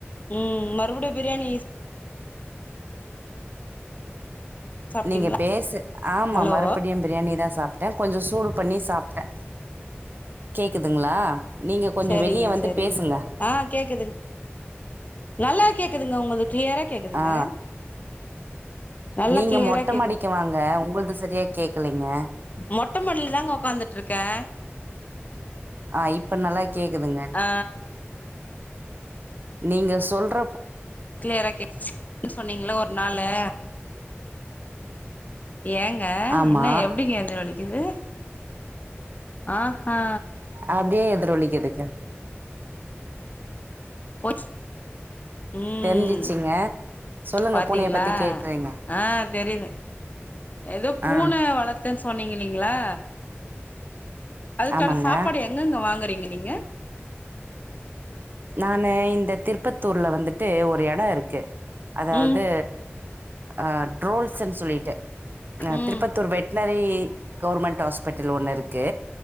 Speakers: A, on the left; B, on the right.
A: உம் மறுபுடியு பிரியாணி சாப்ட்டீங்களா
B: நீங்க பேசு ஆமா
A: ஹலோ
B: மறுப்பிடியு பிரியாணி தா சாப்ட்டே கொஞ்சோ சூடு பண்ணி சாப்ட்டே கேக்குதுங்ளா நீங்க கொஞ்சு
A: சரிங்க
B: வெளிய வந்து
A: சரிங்க
B: பேசுங்க
A: ஆ கேக்குதுங் நல்லா கேக்குதுங்க ஒங்களுக் க்ளியரா கேக்குதுங்க
B: ஆ
A: நல்லா
B: நீங்கள்
A: க்ளியரா
B: மொட்டை
A: கேக்குது
B: மாடிக்கு வாங்க உங்களது சரியாக கேட்கலைங்க
A: மொட்டமாடில்தாங்க ஒக்காந்துட்ருக்கே
B: ஆஹ் இப்ப நல்லா கேக்குதுங்க
A: ஆ
B: நீங்க சொல்ற
A: க்ளியரா கேட்ச்சு சொன்னீங்கள ஒரு நாளு ஏங்க
B: ஆமாம்
A: என்ன எப்டிங்க எதிரொலிக்குது ஆஹ் ஹா
B: அப்டியே எதிரொலிக்கிதுங்க
A: போய்ச் உம்
B: தெரிஞ்சிச்சிங்க சொல்லுங்க
A: பாத்தீங்ளா
B: பூனைய பத்தி கேக்குறீங்க
A: ஆஹ் தெரிது எதோ பூன
B: ஆ
A: வளர்த்தன் சொன்னீங் இல்லீங்ளா அதுக்கான
B: ஆமாங்க
A: சாப்பாடு எங்கங்க வாங்குறீ ங்குவிங்க
B: நானு இந்த திருப்பத்தூர்ல வந்துட்டு ஒரு எடொ இருக்கு அதாவது
A: ம்
B: ஆஹ் ட்ரோல்ஸெம்ஸ் சொல்லிட்டு ந
A: ம்
B: திருப்பத்தூர் வெட்னரி கவுர்மெண்ட் ஆஸ்பெட்டில் ஒன்னு இருக்கு